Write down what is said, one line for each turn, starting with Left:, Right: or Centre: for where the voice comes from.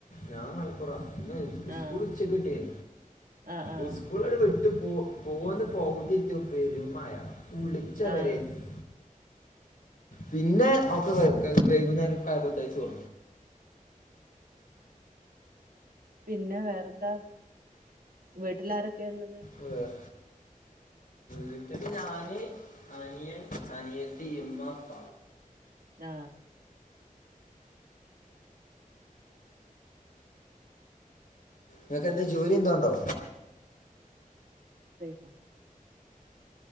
Left: ഞാൻ മലപ്പുറവാ <unintelligible>
Right: ആഹ്
Left: സ്കൂള് ഉച്ചക്ക് വിട്ടേനി
Right: ആഹ് ആഹ്
Left: ഉസ്കൂൾ <unintelligible> ഇട്ട് പോ പോന്ന് പവ്തി എത്തി പെരുമയ കുളിച്ച
Right: ആഹ്
Left: വെരെയായി പിന്നെ അവക്ക് വൈകുന്നേരം <unintelligible>
Right: പിന്നെ വേറെന്താ വീട്ടിൽ ആരൊക്കെയാ ഉള്ളത്
Left: വേറെ വീട്ടില് ഞാന് അനിയൻ അനിയത്തി ഇമ്മ ഇപ്പ
Right: ആ
Left: നിങ്ങക്ക്‌ എന്താ ജോലി എന്തോ ഒണ്ടോ
Right: ആ